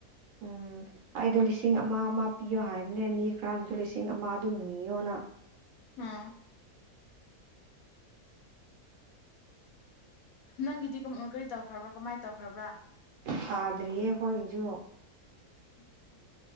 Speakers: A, on the right; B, on the left.
A: ꯎꯝ ꯑꯩꯗꯣ ꯂꯤꯁꯤꯡ ꯑꯃ ꯑꯃ ꯄꯤꯌꯣ ꯍꯥꯏꯕꯅꯦ ꯃꯤ ꯈꯔꯅꯁꯨ ꯂꯤꯁꯤꯡ ꯑꯃ ꯑꯗꯨꯝ ꯅꯤꯌꯣꯅ
B: ꯑꯥ ꯅꯪꯒꯤꯗꯤ ꯀꯃ ꯀꯔꯤ ꯇꯧꯈ꯭ꯔꯕ꯭ꯔꯥ ꯀꯃꯥꯏꯅ ꯇꯧꯈ꯭ꯔꯕ꯭ꯔꯥ
A: ꯊꯥꯗ꯭ꯔꯤꯌꯦ ꯑꯩꯈꯣꯏꯒꯤꯁꯨ
B: ꯎꯝ